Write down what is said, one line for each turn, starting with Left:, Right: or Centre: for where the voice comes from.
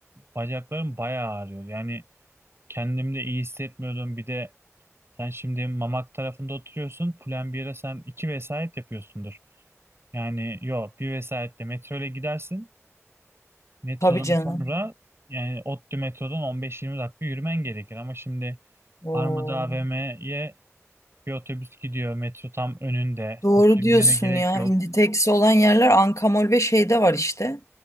Right: bacaklarım bayağı ağrıyordu. Yani kendimde iyi hissetmiyordum. Bir de sen şimdi Mamak tarafında oturuyorsun. Plan 1'e sen iki vesayet yapıyorsundur. Yani yok bir vesayetle metro ile gidersin. Metrodan
Left: Tabii canım.
Right: sonra yani ODTÜ metrodan 15-20 dakika yürümen gerekir. Ama şimdi
Left: Oo.
Right: Armada AVM'ye bir otobüs gidiyor. Metro tam önünde.
Left: Doğru
Right: Hiç yürümene
Left: diyorsun
Right: gerek
Left: ya
Right: yok.
Left: Inditex olan yerler Ankamol ve şeyde var işte